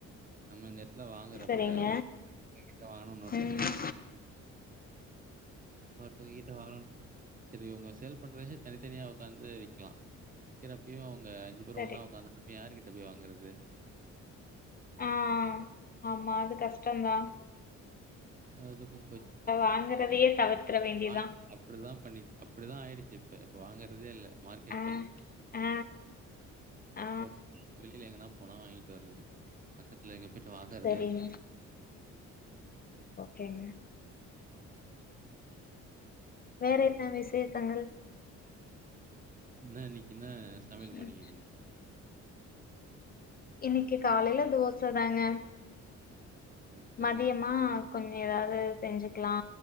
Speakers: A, on the right; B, on the left.
A: நம்ம இந்த எட் த்ல வாங்கறப்ப
B: சரிங்க
A: <inaudible> வாங்கணுன் ஒருத்தங்க
B: ம்
A: <unintelligible> ஒருத்தவ்ங்கிட்ட வாங் செரி உங்க சேல் பண்றவிங்க தனித்தனியா உக்காந்து விக்லா விக்கிறப்பயு அவு ங்க அஞ்சு பேரு
B: சரி
A: ஒன்னா ஒக்காந்தா நம்ம யாருக்கிட்ட போய் வாங்கறது
B: ஆ ஆ ஆமா அது கஸ்டந்தா
A: அதுக்கு <inaudible>
B: வாங்கறதையே தவிர்த்திர வேண்டியதா
A: நாங்க அப்பிடிதா பண்ணிட் அப்பிடிதா ஆயிடிச் சி இப்ப இப்ப வாங்கறதே இல்ல மார்க்கெட்
B: ஆ
A: பக்கமே
B: ஆ ஆ
A: <inaudible> வெளில எங்கனா போனா வாங்கிட்டு வர்றது பக்கத்ல எங்க போயிட்டு வாங்கறதே
B: சரிங்க
A: <inaudible>
B: கேங்க வேறன்ன விஷேசங்கள்
A: னா நீ என்ன சமையல் பண்ணீங்க
B: ம்
A: நீங்க
B: இன்னிக்கு காலைல தோச தாங்க
A: சூப்பருங்க.
B: மதியமா கொஞ்சம் ஏதாவது செஞ்சுக்கலா